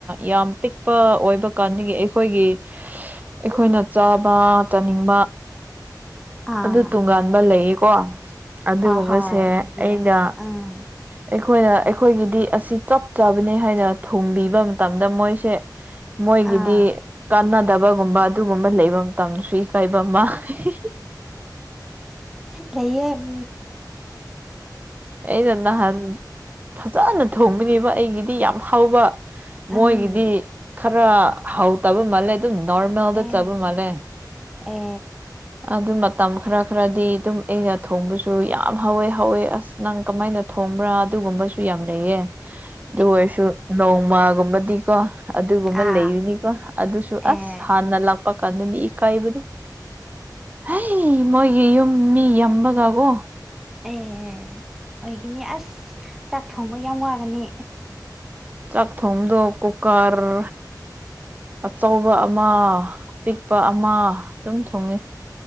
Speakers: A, on the right; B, in the centre.
A: ꯌꯥꯝ ꯄꯤꯛꯄ ꯑꯣꯏꯕ ꯀꯥꯟꯗꯥꯒꯤ ꯑꯩꯈꯣꯏꯒꯤ ꯑꯩꯈꯣꯏꯅ ꯆꯥꯕ ꯆꯥꯅꯤꯡꯕ꯫
B: ꯑꯥ
A: ꯑꯗꯨ ꯇꯣꯉꯥꯟꯕ ꯂꯩꯌꯦꯀꯣ ꯑꯗꯨꯒꯨꯝꯕꯁꯦ
B: ꯍꯣꯏ ꯍꯣꯏ ꯂꯩꯌꯦ
A: ꯑꯩꯅ꯫
B: ꯑꯥ
A: ꯑꯩꯈꯣꯏꯅ ꯑꯩꯈꯣꯏꯒꯤꯗꯤ ꯑꯁꯤ ꯆꯞ ꯆꯥꯕꯅꯤ ꯍꯥꯏꯅ ꯊꯣꯡꯕꯤꯕ ꯃꯇꯝꯗ ꯃꯣꯏꯁꯦ꯫ ꯃꯣꯏꯒꯤꯗꯤ
B: ꯑꯥ
A: ꯀꯥꯟꯅꯗꯕꯒꯨꯝꯕ ꯑꯗꯨꯒꯨꯝꯕ ꯂꯩꯕ ꯃꯇꯝꯁꯨꯏ <unintelligible>
B: ꯂꯩꯌꯦ ꯎꯝ꯫
A: ꯑꯩꯅ ꯅꯍꯥꯟ ꯐꯖꯅ ꯊꯣꯡꯕꯅꯦꯕ ꯑꯩꯒꯤꯗꯤ ꯌꯥꯝ ꯍꯥꯎꯕ꯫
B: ꯎꯝ
A: ꯃꯣꯏꯒꯤꯗꯤ ꯈꯔ ꯍꯥꯎꯇꯕ ꯃꯥꯜꯂꯦ ꯑꯗꯨ ꯅꯣꯔꯃꯦꯜꯗ
B: ꯑꯦ
A: ꯆꯥꯕ ꯃꯥꯜꯂꯦ꯫
B: ꯑꯦ
A: ꯑꯗꯨ ꯃꯇꯝ ꯈꯔ ꯈꯔꯗꯤ ꯑꯗꯨꯝ ꯑꯩꯅ ꯊꯣꯡꯕꯁꯨ ꯌꯥꯝ ꯍꯧꯋꯦ ꯍꯧꯋꯦ ꯑꯁ ꯅꯪ ꯀꯃꯥꯏꯅ ꯊꯣꯝꯕ꯭ꯔꯥ ꯑꯗꯨꯒꯨꯝꯕꯁꯨ ꯌꯥꯝ ꯂꯩꯌꯦ꯫
B: <inaudible>
A: ꯑꯗꯨ ꯑꯣꯏꯔꯁꯨ ꯅꯣꯡꯃ꯫ ꯨꯑꯗꯨꯒꯨꯝꯕꯗꯤꯀꯣ ꯑꯗꯨꯒꯨꯝꯕ
B: ꯑꯥ
A: ꯂꯩꯔꯤꯅꯤꯀꯣ ꯑꯗꯨꯁꯨ
B: ꯑꯦ
A: ꯑꯁ ꯍꯥꯟꯅ ꯂꯥꯛꯄ ꯀꯥꯟꯗꯅꯤ ꯏꯀꯥꯏꯕꯗꯨ ꯍꯦ ꯃꯣꯏꯒꯤ ꯌꯨꯝ ꯃꯤ ꯌꯝꯕꯒꯀꯣ꯫
B: ꯑꯦ ꯑꯣꯏꯒꯅꯤ ꯑꯁ ꯆꯥꯛ ꯊꯣꯡꯕ ꯌꯥꯝ ꯋꯥꯒꯅꯤ
A: ꯆꯥꯛ ꯊꯣꯡꯗꯣ ꯀꯨꯀꯔ ꯑꯆꯧꯕ ꯑꯃ ꯑꯄꯤꯛꯄ ꯑꯃ ꯑꯗꯨꯝ ꯊꯣꯡꯉꯤ꯫